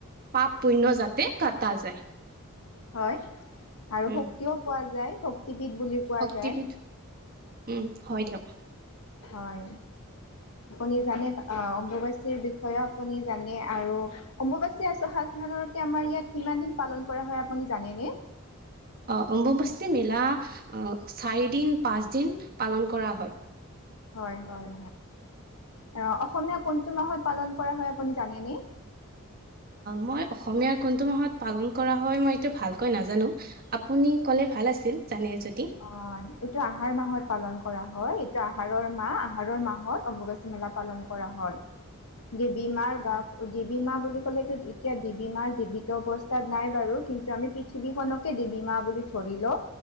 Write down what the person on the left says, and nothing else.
হয় আৰু
শক্তিও পোৱা যায় শক্তিবদ বুলি কোৱা
যায়।
হয় আপুনি জানে অম্বুবাচীৰ বিষয়েও আপুনি জানে আৰু অম্বুবাচী আছ সাজ ন। আমাৰ ইয়াত কিমান দিন পালন কৰা হয় আপুনি জানেনে?
হয় হয়। আহ অসমীয়া কোনটো মাহত পালন কৰা হয় আপুনি জানেনে?
অ এইটো আহাৰ মাহত পালন কৰা। হয় এইটো আহাৰৰ মাহ আহাৰৰ মাহত অম্বুবাচী মেলা পালন কৰা হয়। দেৱী মাৰ বাপ দে দেৱীমা বুলি ক'লেতো এতিয়া দেৱী মা জীৱিত অৱস্থাত নাই বাৰু কিন্তু আমি পৃথিৱীখননকে দেৱী মা বুলি ধৰি ল